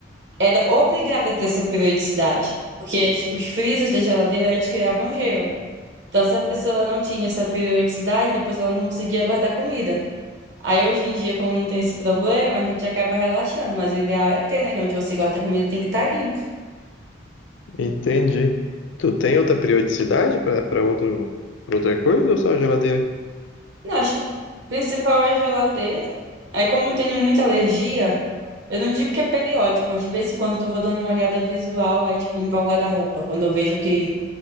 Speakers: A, on the right; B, on the left.
A: era obrigado a ter essa periodicidade. Porque as- os freezers da geladeira eles criavam gelo. Então, se a pessoa não tinha essa periodicidade, depois ela não conseguia guardar comida. Aí, hoje em dia, como não tem esse problema, a gente acaba relaxando. Mas o ideal é ter, né? Que é onde você guarda a comida tem que estar limpo.
B: Entendi. Tu tem outra periodicidade pra para outro pra outra coisa ou só geladeira?
A: Não, acho que o principal é a geladeira. Aí, como eu tenho muita alergia, eu não digo que é periódico, mas de vez em quando eu vou dando uma olhada visual, aí, tipo, limpar o guarda-roupa. Quando eu vejo que,